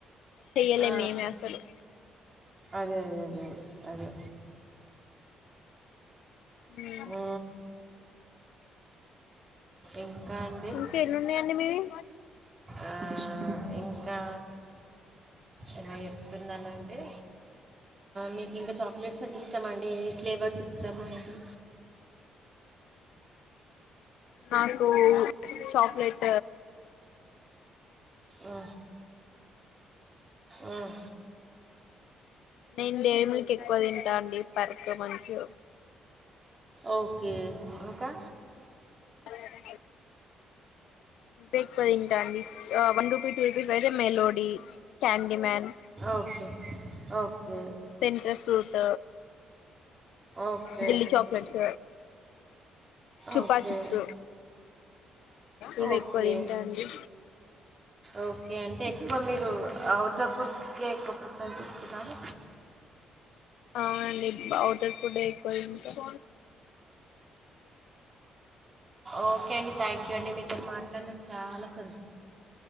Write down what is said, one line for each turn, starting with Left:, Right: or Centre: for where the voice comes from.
Left: చెయ్యలే
Right: ఆ
Left: మేమే అసలు
Right: అదే అదే అదే అదే
Left: ఉ
Right: ఆ, ఇంకా అండి
Left: ఇంకా ఎన్నున్నాయండి మీవి
Right: ఆ ఇంకా ఏమో చెప్తున్నానండి మీకు ఇంకా చాక్లెట్స్ అంటే ఇష్టామ అండి ఏ ఫ్లేవర్స్ ఇస్తాము ఏంటి
Left: నాకు చాక్లెట్
Right: ఆ ఆ అ
Left: నేను డేములకి ఎక్కువ తింటా అండి పర్కు మంచి
Right: ఓకే ఇంకా
Left: <unintelligible> బేఎక్కువ తింటా అండి ఆ వన్ రుపీ టూ రూపీస్ వైతే melody Candyman
Right: okay okay
Left: centre fruit
Right: okay
Left: jelly chocolates Chupa
Right: okay
Left: chips ఇవ్వే
Right: ఓకే
Left: ఎక్కువ తింటా అండి
Right: ఓకే అంటే ఎక్కువ మీరు అవుట్ర్ ఆఫ్ ఫుడ్స్కే ఎక్కువ ప్రిఫర్ చేస్తున్నారు
Left: అవునండి ఔటర్ ఫుడ్ ఎక్కువ తింటాం
Right: ఓకే అండి థ్యాంక్ యూ అండి మీతోనీ మాట్లాదడినందుకు నాకు చాలా సం